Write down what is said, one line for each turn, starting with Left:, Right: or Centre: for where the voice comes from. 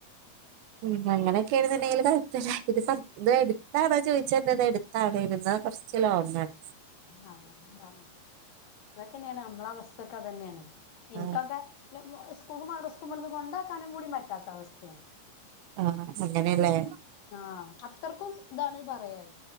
Right: ഉം അങ്ങനെക്കേണ് ന്ന്ണ്ടങ്കില് കയി ഇത് എട്ത്താണൊ ചോദിച്ചെ ഇത് എടുത്താണ് കൊറച്ച് ലോൺങാണ്
Left: ആഹ് അതാണ് അതൊക്കെന്നേണ് അമ്മളവസ് അതെന്നേണ് ഇന്ക്കതെ
Right: ആ
Left: സ്കൂൾകും മദ്റസികും ഇവിടുന്ന് കൊണ്ടാക്കാനും കൂടി പറ്റാത്ത അവസ്ഥ
Right: ആഹ് അങ്ങനേല്ലെ
Left: ആഹ് അത്രക്കും ഇതാണ് പറയെ